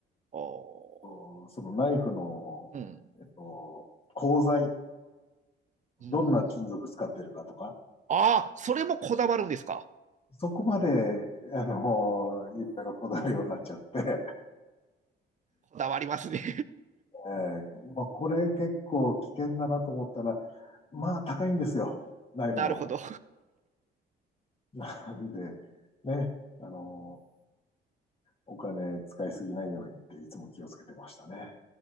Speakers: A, on the right; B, on the left.
A: あー。
B: こうそのナイフの、
A: うん。
B: えっと、鋼材、
A: うん。
B: どんな金属使ってるかとか、
A: ああ、それもこだわるんですか。
B: そこまで、あのーいろいろこだわるようになっちゃって、
A: こだわりますね。
B: えーまあ、これ結構危険だなと思ったら、まあ高いんですよ、
A: <laughs>
B: ナイフも。
A: なるほど。
B: <laughs> なんで、ね、あのお金使いすぎないようにっていつも気をつけてましたね。